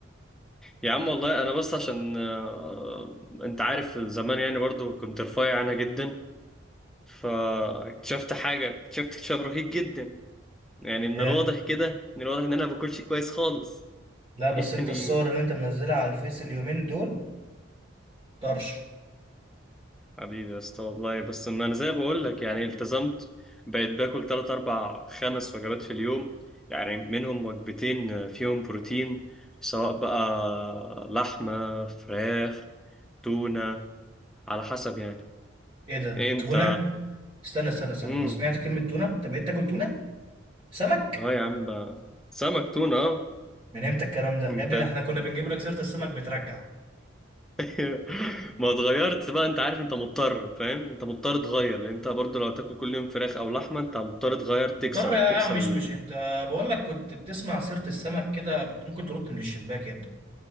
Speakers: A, in the centre; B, on the right (about 30°).
A: يا عم والله انا بس عشان آه، انت عارف زمان يعني برضو كنت رفيع انا جدا فاكتشفت حاجه اكتشفت اكتشاف رهيب جدا يعني من
B: ياه
A: الواضح كده من الواضح ان انا ما باكلش كويس خالص
B: لا بس
A: <laughs> يعني
B: انت الصور اللي انت منزلها على الفيس اليومين دول طرش
A: حبيبي يا اسطى والله بس ما انا زي ما بقول لك يعني التزمت بقيت باكل 3 4 5 وجبات في اليوم يعني منهم وجبتين فيهم بروتين سواء بقى لحمه فراخ تونه على حسب يعني
B: ايه ده
A: إيه انت
B: تونة استنى استنى استنى
A: امم
B: انا سمعت كلمة تونة انت بقيت تاكل تونة سمك
A: اه يا عم بقى. سمك تونة اه
B: من امتى الكلام ده
A: انت
B: يا ابني ده احنا كنا بنجيب لك سيرة السمك بترجع
A: <laughs> ما اتغيرت بقى انت عارف انت مضطر فاهم انت مضطر تغير لان انت برضو لو هتاكل كل يوم فراخ او لحمة انت مضطر تغير تكسر
B: مضطر يا
A: تكسر
B: مش
A: ال...
B: مش انت بقول لك كنت بتسمع سيرة السمك كده كنت ممكن ترد من الشباك يا ابني